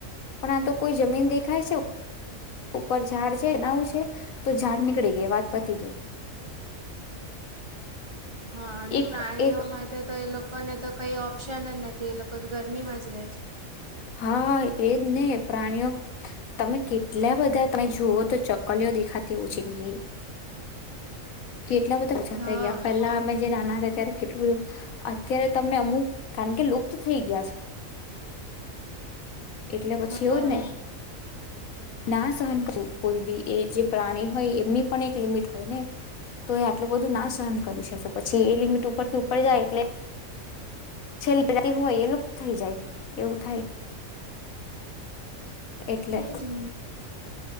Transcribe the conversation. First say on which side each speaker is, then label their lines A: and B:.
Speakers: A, on the left (about 85°); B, on the right (about 35°).
A: પણ આ તો કોઈ જમીન દેખાય છે. ઉપર ઝાડ છે આવું છે તો ઝાડ નીકળી ગઈ વાત પતી ગઈ.
B: હા અને
A: એક
B: પ્રાણીઓ
A: એક
B: માટે તો એ લોકોને તો કઈ ઓપ્શન જ નથી એ લોકો તો ગરમીમાં જ રહે છે.
A: હા એજ ને પ્રાણીઓ તમે કે એટલા બધા તમે જુઓ તો ચક્કલીઓ દેખાતી ઓછી થઈ ગઈ. કેટલા બધા
B: છે
A: ઓછા
B: હા
A: થ ગયા પેલા અમે જે નાના હતા ત્યારે કેટલું બધું, અત્યારે તમને અમુક કારણ કે લુપ્ત થઈ ગયા છે. એટલે પછી એવું
B: હા
A: જ ને. ના સહન કરું કોઈ બી એ જે પ્રાણી હોય એમની પણ એક લિમિટ હોય ને, તો એ આટલું બધું ના સહન કરી શકે પછી એ લિમિટ ઉપરથી ઉપર જાય એટલે છેલ્લી બજા હોય એલું થઈ જાય એવું થાય. એટલે.
B: એજ ને